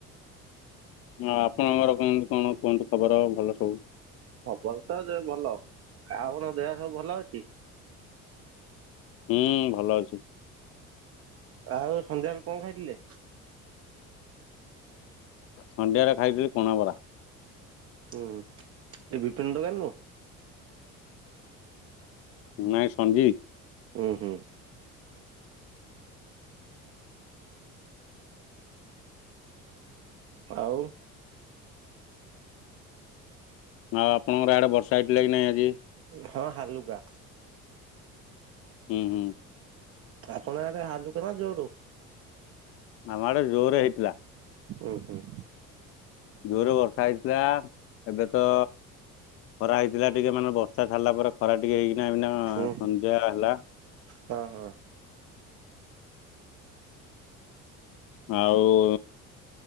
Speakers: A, on the left; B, on the right.
A: ଆ ଆପଣଙ୍କର କେମିତି କଣ କୁହନ୍ତୁ ଖବର ଭଲ ସବୁ?
B: ଖବର ତ ଯ ଭଲ। ଆପଣଙ୍କ ଦେହ ସବୁ ଭଲ ଅଛି?
A: ହୁଁ ଭଲ ଅଛି।
B: ଆଉ ସନ୍ଧ୍ୟାବେଳେ କଣ ଖାଇଥିଲେ?
A: ସନ୍ଧ୍ୟାରେ ଖାଇଥିଲି କଣା ବରା।
B: ହୁଁ, ଏ ବିପିନ ଦୋକାନରୁୁ?
A: ନାଇଁ ସଞ୍ଜୀବ୍।
B: ହୁଁ ହୁଁ। ଆଉ
A: ଆଉ ଆପଣଙ୍କର ଆଡେ ବର୍ଷା ହେଇଥିଲା କି ନାଇଁ ଆଜି?
B: ହଁ ହାଲୁକା।
A: ହୁଁ ହୁଁ।
B: ଆପଣଙ୍କ ଆଡେ ହାଲୁକା ନା ଜୋର?
A: ଆମ ଆଡେ ଜୋରେ ହେଇଥିଲା।
B: ଉଁ ହୁଁ ହୁଁ।
A: ଜୋରେ ବର୍ଷା ହେଇଥିଲା ଏବେ ତ ଖରା ହେଇଥିଲା ଟିକେ ମାନେ ବର୍ଷା ସାରିଲା ପରେ ଖରା ଟିକେ ହେଇକି ଏଇନା ହଁ
B: ହୁଁ
A: ସନ୍ଧ୍ୟା ହେଲା।
B: ହଁ ହଁ
A: ଆଉ